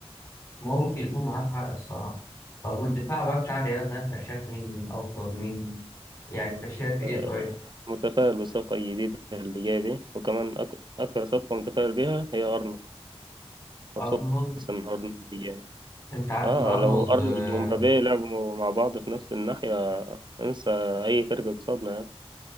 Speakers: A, on the left; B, on the right.
A: ممكن يكون معاه حق الصراحه طب والدفاع بقى بتاع الريال ده انت شايف مين من افضل مين يعني انت شايف ايه
B: آه،
A: طيب
B: متفائل بالصفقة الجديدة اللي جاية دي وكمان أك... أكتر صفقة متفائل بيها هي أرنولد مبسوط
A: ارنولد
B: إن أرنولد جاي
A: انت عارف
B: آه
A: ان ارنولد
B: لو أرنولد
A: آه،
B: ومبابي لعبوا مع بعض في نفس الناحية انسى أي فرقة قصادنا يعني